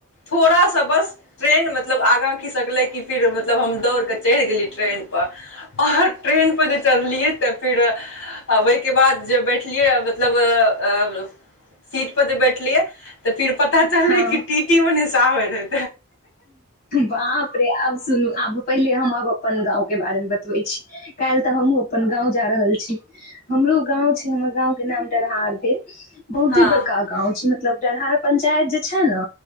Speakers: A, on the left; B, on the left.
A: थोड़ा सा बस ट्रेन मतलब आगाँ खीसकले की फिर मतलब हम दौड़ के च ढ़ गेलियै ट्रेन पर आओर ट्रेन पर जे चढ़लियै तऽ फेर अबै जे बैठलियै मतलब सीट पर जे बैठलियै तऽ फिर पता चलले
B: हँ
A: कि टी टी ओनै से आबै रहै
B: बाप रे आब सुन आब पहिले हम आब अपन गाउँ के बारेमे बतबै छी काल्हि तऽ हमहुँ अपन गाउँ जा रहल छी हमरो गाउँ छै हमर गांव के नाम डरहार भेल बहुत
A: हँ
B: ही बड़का गाँव छै मतलब डरहार पंचायत जे छै ने